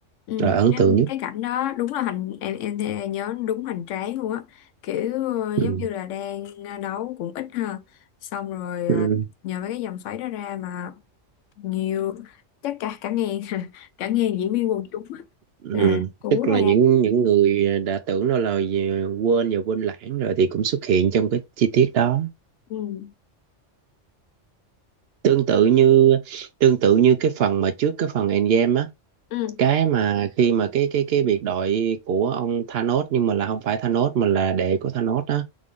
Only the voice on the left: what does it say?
Ừ,
cái,
cái cảnh đó đúng là hành em em thì nhớ đúng hoành tráng luôn á kiểu ờ,
giống như là đang đấu cũng ít ha xong rồi
ờ, nhờ mấy cái dòng xoáy đó ra mà nhiều chắc cả cả ngàn <laughs> cả ngàn diễn viên quần chúng á,
là cú
ra
ừ.
Ừ.